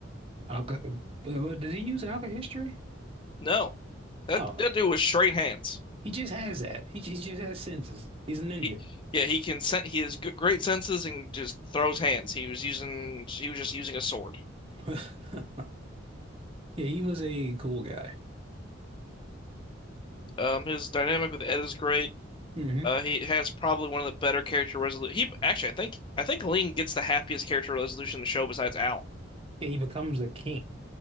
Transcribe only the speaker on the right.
Alka, well, did he use Alka history?
Oh,
he just has that. He, he just has senses. He's a ninja.
<laughs> Yeah, he was a cool guy.
hmm
Yeah, he becomes the king